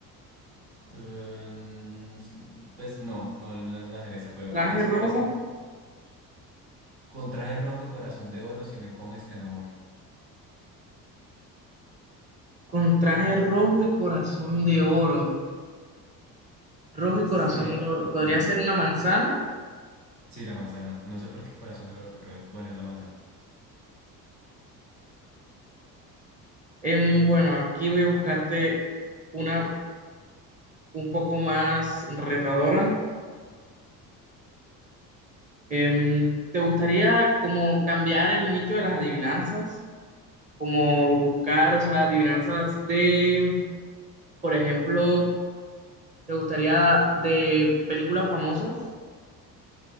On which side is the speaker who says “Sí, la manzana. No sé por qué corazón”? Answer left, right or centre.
Right